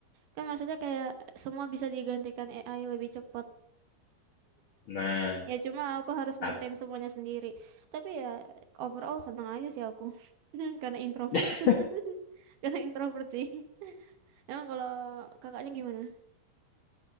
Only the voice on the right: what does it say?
Kan maksudnya kayak semua bisa digantikan AI lebih cepat.
Ya cuma aku harus
maintain semuanya sendiri. Tapi ya overall seneng aja sih aku. <laughs> Karena introvert.
<laughs> Karena introvert sih. Emang kalau kakaknya gimana?